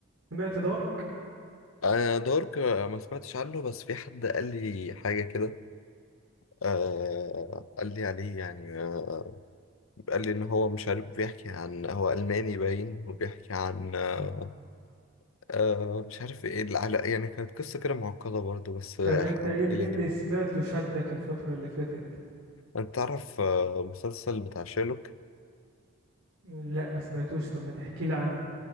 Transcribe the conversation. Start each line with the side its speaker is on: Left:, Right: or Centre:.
Right: سمعت دارك
Left: انا دارك ما سمعتش عنه بس في حد قال لي حاجه كده آه قال لي عليه يعني آه قال لي ان هو مش عارف بيحكي عن هو الماني باين وبيحكي عن آه
Right: آه.
Left: آه، مش عارف ايه العلاقه يعني كانت قصه كده معقده برضه بس آه،
Right: طب انت
Left: احكي
Right: ايه ال-
Left: لي
Right: إيه اللي
Left: كده
Right: سمعته شدك الفترة اللي فاتت
Left: انت تعرف آه مسلسل بتاع شيرلوك
Right: لا ما سمعتوش طب ما تحكي لي عنه